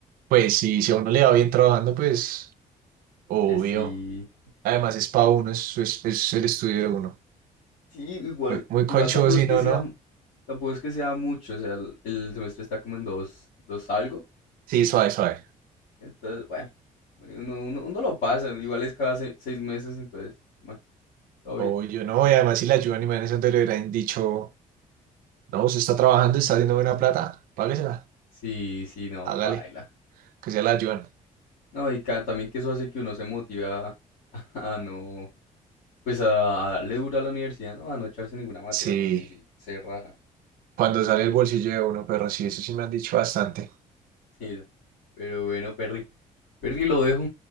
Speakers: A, on the right; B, on the left.
A: Pues sí, si a uno le va bien trabajando, pues, obvio.
B: Pues sí.
A: Además es para uno, es, es, es el estudio de uno.
B: Sí, igual,
A: Muy, muy
B: igual
A: conchudo,
B: tampoco
A: si
B: es que
A: no,
B: sea,
A: ¿no?
B: tampoco es que sea mucho, o sea, el, el semestre está como en dos, dos algo,
A: Sí, suave, suave.
B: entonces, bueno, uno, uno, uno lo pasa, igual es cada se- seis meses, entonces, bueno, todo
A: O
B: bien.
A: yo no, y además si la ayudan, imagínense le hubieran dicho, no, usted está trabajando, está haciendo buena plata, páguesela,
B: Sí, sí, no,
A: hágale,
B: paila.
A: que sea la ayudan.
B: No, y ca- también que eso hace que uno se motiva a, <laughs> a no, pues a, a darle duro a la universidad, ¿no? A no echarse ninguna materia,
A: Sí,
B: porque ahí sí se raja.
A: cuando sale el bolsillo de uno, pero sí, eso sí me han dicho bastante.
B: Sí, pero bueno, Perry, Perry lo dejo,